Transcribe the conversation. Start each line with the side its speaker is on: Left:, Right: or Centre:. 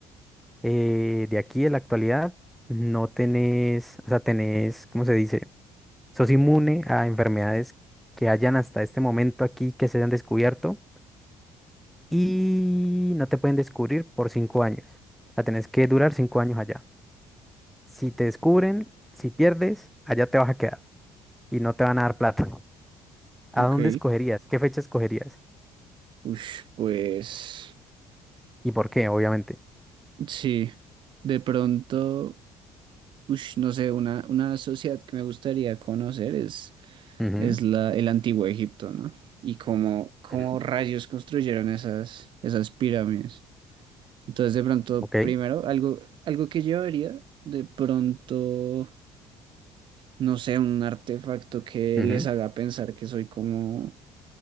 Centre: eh, de aquí, de la actualidad. No tenés, o sea, tenés, ¿cómo se dice? Sos inmune a enfermedades que hayan hasta este momento aquí que se hayan descubierto y no te pueden descubrir por cinco años. O sea, tenés que durar cinco años allá. Si te descubren, si pierdes, allá te vas a quedar y no te van a dar plata. ¿A
Right: ok.
Centre: dónde escogerías? ¿Qué fecha escogerías?
Right: Ush, pues
Centre: y por qué, obviamente.
Right: sí. De pronto, ush, no sé, una, una sociedad que me gustaría conocer es,
Centre: Ujú,
Right: es la, el Antiguo Egipto, ¿no? Y cómo, cómo
Centre: ujú,
Right: rayos construyeron esas, esas pirámides. Entonces, de pronto,
Centre: Ok,
Right: primero, algo, algo que llevaría, de pronto, no sé, un artefacto que
Centre: ujú,
Right: les haga pensar que soy como,